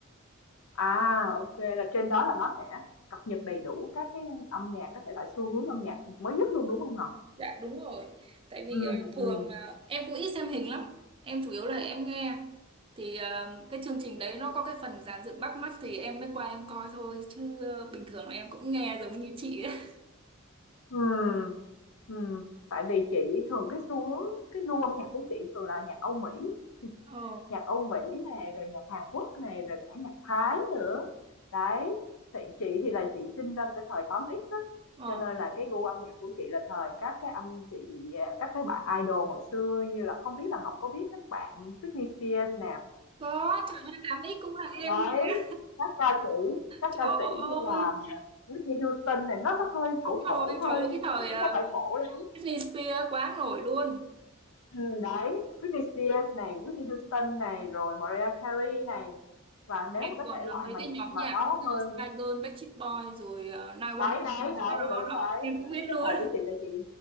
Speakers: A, on the left; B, on the right.
A: À, ô là trên đó là nó sẽ cập nhật đầy đủ các cái âm nhạc, các thể loại xu hướng âm nhạc mới nhất luôn, đúng không Ngọc?
B: Dạ đúng rồi. Tại vì
A: Ừ,
B: à, thường
A: ừ,
B: là em cũng ít xem hình lắm. Em chủ yếu là em nghe. Thì à, cái chương trình đấy nó có cái phần dàn dựng bắt mắt thì em mới qua em coi thôi. Chứ à, bình thường là em cũng nghe giống như chị ấy. <laughs>
A: ừ, ừ. Tại vì chị thường cái xu hướng cái gu âm nhạc của chị thường là nhạc Âu Mỹ
B: Ồ,
A: nhạc Âu Mỹ này rồi nhạc Hàn Quốc này rồi cả nhạc Thái nữa đấy thì chị thì là chị sinh ra cái thời 8X á
B: ờ.
A: cho nên là cái gu âm nhạc của chị là thời các cái anh chị các cái bạn idol hồi xưa như là không biết là Ngọc có biết các bạn Britney Spears
B: Có, trời ơi, 8X cũng là em
A: nè
B: nhé.
A: đấy các ca sĩ các
B: Trời
A: ca sĩ
B: ơi,
A: như là Whitney Houston này nó nó hơi
B: đúng
A: cổ cổ
B: rồi.
A: hơi
B: Trời ơi, cái thời
A: chứ
B: à,
A: cũng không phải cổ lắm
B: Britney Spears quá nổi luôn.
A: ừ, đấy Britney Spears này Whitney Houston này rồi Mariah Carey này và nếu
B: Em
A: mà
B: còn
A: cái thể
B: à,
A: loại
B: mấy
A: mà
B: cái
A: nhạc
B: nhóm
A: mà
B: nhạc
A: nó
B: như
A: hơi
B: Spice Girl, Backstreet Boys rồi uh, 911
A: đấy đấy đấy
B: đó, đó,
A: đúng
B: đó.
A: đấy
B: Em
A: đấy
B: cũng biết luôn.
A: cái thời của chị là chị